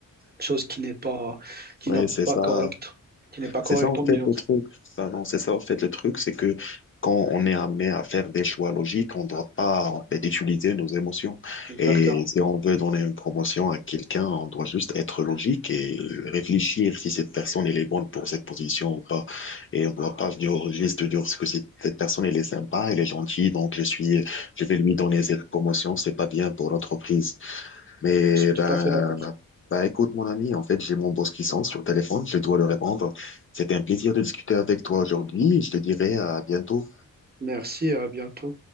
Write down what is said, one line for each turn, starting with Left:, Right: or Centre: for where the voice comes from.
Right: chose qui n'est pas, qui
Left: Ouais,
Right: n'a
Left: c'est
Right: pas
Left: ça.
Right: correcte, qui n'est pas correcte
Left: C'est ça en
Right: dans
Left: fait
Right: le milieu.
Left: le truc. Ça, non, c'est ça en fait le truc, c'est que quand on est amené à faire des choix logiques, on ne doit pas en fait utiliser nos émotions.
Right: Exactement.
Left: Et si on veut donner une promotion à quelqu'un, on doit juste être logique et réfléchir si cette personne elle est bonne pour cette position ou pas. Et on ne doit pas venir au registre de dire que cette cette personne elle est sympa, elle est gentille, donc je suis, je vais lui donner cette promotion. C'est pas bien pour l'entreprise. Mais
Right: Je suis tout
Left: ben,
Right: à fait d'accord.
Left: bah écoute mon ami, en fait j'ai mon boss qui sonne sur le téléphone, je dois le répondre. C'était un plaisir de discuter avec toi aujourd'hui. Je te dirai à bientôt.
Right: Merci et à bientôt.